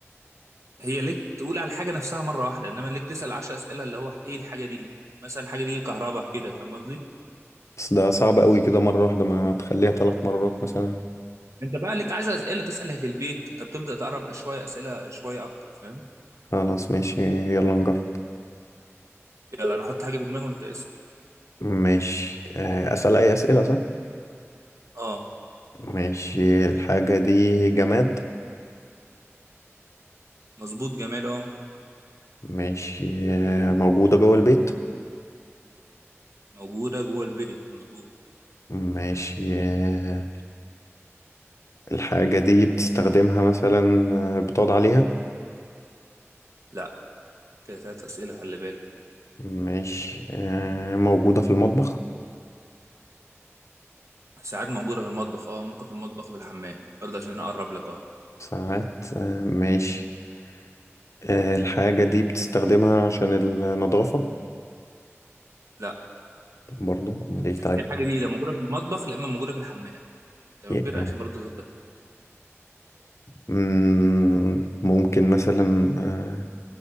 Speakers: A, on the right; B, on the left.
A: هي ليك تقول على الحاجه نفسها مره واحده انما ليك تسال 10 اسئله اللي هو ايه الحاجه دي مثلا الحاجه دي كهرباء كده فاهم قصدي
B: بس ده صعب قوي كده مرة واحدة ما تخليها ثلاث مرات مثلا
A: انت بقى ليك 10 اسئله تسال هي في البيت طب تبدا تقرب شويه اسئله شويه اكتر فاهم
B: خلاص ماشي يلا نجرب
A: يلا انا احط حاجه في دماغي وانت اسال
B: ماشي آه، أسأل أي أسئلة صح؟
A: اه
B: ماشي الحاجة دي جماد
A: مظبوط جمال اه
B: ماشي آه، موجودة جوه البيت
A: موجوده جوه البيت مظبوط
B: ماشي آه، الحاجة دي بتستخدمها مثلا آه، بتقعد عليها
A: لا كده ثلاث اسئله خلي بالك
B: ماشي آه، موجودة في المطبخ
A: ساعات موجودة في المطبخ اه ممكن في المطبخ وفي الحمام برضه عشان اقرب لك اه
B: ساعات آه، ماشي آه، الحاجة دي بتستخدمها عشان النظافة
A: لا
B: برضو أمال إيه طيب
A: الحاجة دي لا موجودة في المطبخ لا اما موجودة في الحمام تمام
B: يعني،
A: كده عشان برضه تبقى-
B: مم، ممكن مثلا آه،